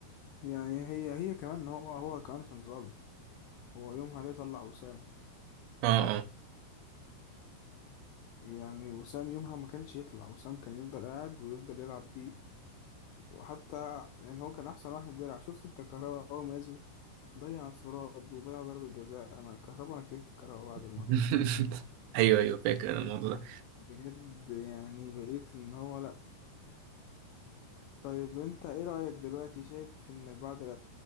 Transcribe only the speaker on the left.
يعني هي هي كمان هو هو كمان عشان ظالم هو يومها ليه طلع وسام
يعني وسام يومها ما كانش يطلع وسام كان يفضل قاعد ويفضل يلعب بيه وحتى يعني هو كان احسن واحد بيلعب شفت انت كهربا اول ما نزل ضيع انفراد وضيع ضربة جزاء انا كهربا انا كرهت كهربا بعد المرة
دي
بجد يعني بقيت ان هو لا طيب انت ايه رأيك دلوقتي شايف ان بعد ال-